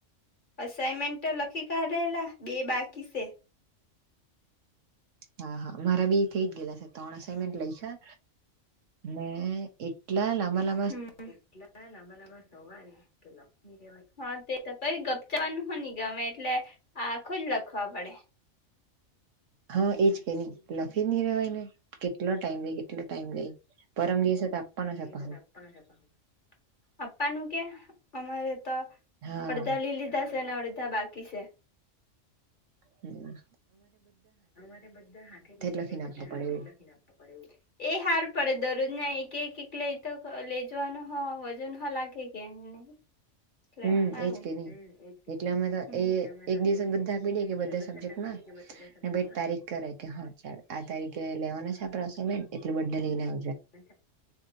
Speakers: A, on the left (about 40°); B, on the right (about 75°).
A: અસાાઈનમેન્ટ તો લખી કાઢેલા બે બાકી છે.
B: હા હા અમારા બી થઈ જ ગયેલા છે, ત્રણ અનમેન્ટ લયખા અને એટલા લાંબા લાં
A: હમ હ તે <unintelligible> ચાવાનું હો ની ગમે એટલે આખો જ લખવા પડે
B: હા એજ કે ની લખી ની રેવાયને કેટલો ટાઈમ લઈ કેટલો ટાઈમ લઈ પરમ દિવસ આપવાનો છે પાહો
A: આપનો છે પાહો આપ્પા નું કે અમારે તો
B: હા
A: અડદા લીલીધા છે ને અડધા બાકી છે.
B: હમ્મ.
A: અમારે બધા હાથે લેય એટલે
B: લખીને
A: બધા
B: આપવું પડે
A: હાથે
B: એવું
A: લખીને આપવા પડે એવુ એ હાર પડે દરોજના કે એક લઈ તો લે જવાનું હો વજન હો લાગે કે ની એટલે
B: હમ
A: હારું
B: એજ કે નહી
A: હ એજ કેની
B: એટલે અમે તો
A: <unintelligible>
B: એ એક દિવસે બધા આપી દે કે બધા સબ્જેક્ટમાં
A: <unintelligible> બધા સબજેકના
B: ને ભાઈ તારીખ કરે કે હા ચાલ આ તારીખે લેવાના છે, આપડે અસાઇનમેન્ટ એટલે બધા લઈને આ
A: <inaudible>